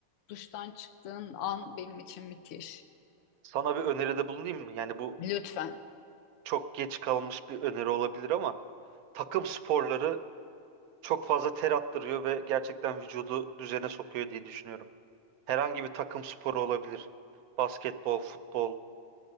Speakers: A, on the left; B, on the right.
A: duştan çıktığın an benim için müthiş.
B: Sana bir öneride bulunayım mı? Yani bu
A: Lütfen.
B: çok geç kalmış bir öneri olabilir ama takım sporları çok fazla ter attırıyor ve gerçekten vücudu düzene sokuyor diye düşünüyorum. Herhangi bir takım sporu olabilir. Basketbol, futbol,